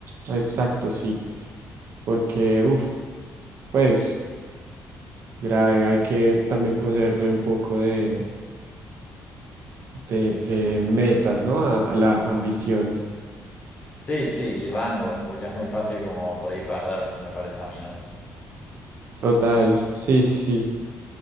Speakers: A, on the right (about 50°); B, on the left (about 30°).
A: exacto, sí, porque, uff, pues, grave, hay que también ponerle un poco de, de eh, metas, ¿no? A, a la ambición.
B: Sí, sí, y rangos, porque es muy fácil como por ahí perderse, me parece a mí, ¿no?
A: Total, sí, sí, sí,